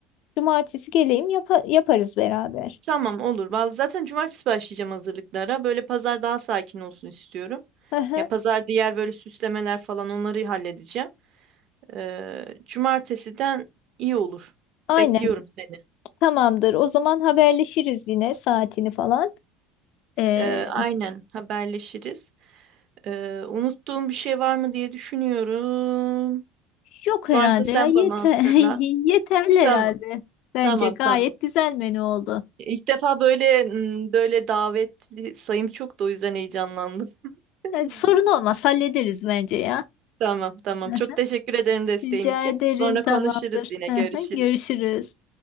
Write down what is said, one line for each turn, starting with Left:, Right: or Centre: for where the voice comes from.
Left: cumartesi geleyim yapa- yaparız beraber.
Right: Tamam olur. Vallahi zaten cumartesi başlayacağım hazırlıklara. Böyle pazar daha sakin olsun istiyorum.
Left: Hı hı.
Right: Ya pazar diğer böyle süslemeler falan onları halledeceğim. Ee, cumartesiden iyi olur.
Left: Aynen.
Right: Bekliyorum seni.
Left: Tamamdır. O zaman haberleşiriz yine saatini falan. Ee,
Right: Ee, aynen haberleşiriz. Ee, unuttuğum bir şey var mı diye düşünüyorum.
Left: yok herhalde
Right: Varsa sen
Left: ya yeter
Right: bana hatırlat.
Left: <laughs> yeterli
Right: Tamam,
Left: herhalde. Bence
Right: tamam,
Left: gayet
Right: tamam.
Left: güzel menü oldu.
Right: İlk defa böyle m, böyle davetli sayım çok da o yüzden heyecanlandım. <laughs>
Left: Yani sorun olmaz hallederiz bence ya.
Right: Tamam, tamam.
Left: <laughs>
Right: Çok teşekkür ederim desteğin
Left: Rica
Right: için.
Left: ederim
Right: Sonra
Left: tamamdır.
Right: konuşuruz yine, görüşürüz.
Left: <laughs> Görüşürüz.